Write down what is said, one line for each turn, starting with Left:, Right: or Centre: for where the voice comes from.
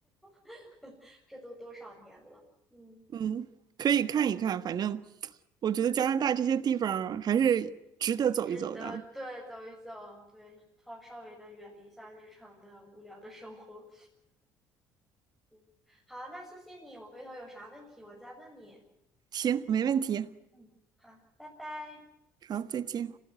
Centre: <laughs> 这都多少年了，嗯
Right: 嗯，可以看一看。反正我觉得加拿大这些地方还是值得走一走的。
Centre: 嗯，值得，对，走一走，对，稍稍微的远离一下日常的无聊的生活。嗯，好，那谢谢你，我回头有啥问题我再问你。
Right: 行，没问题。
Centre: 嗯，好，拜拜。
Right: 好，再见。